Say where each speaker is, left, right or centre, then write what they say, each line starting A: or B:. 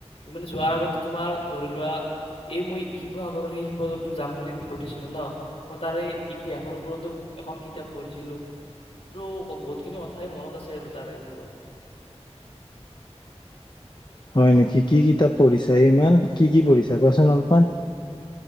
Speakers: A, on the left; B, on the left.
A: মানে যোৱাৰ আগতে তোমাৰ ধৰি লোৱা এই মই শিৱসাগৰৰ সেই শিৱদলটোত যাম বুলি ভাবি দিছিলো ন মই তাৰে ইতিহাসৰ ওপৰতো এখন কিতাপ পঢ়িছিলো ত বহুতখিনি কথাই মনত আছে আৰু তাৰে ওপৰত
B: হয় নেকি কি কিতাপ পঢ়িছা ইমান কি কি পঢ়িছা কোৱাচোন অলপমান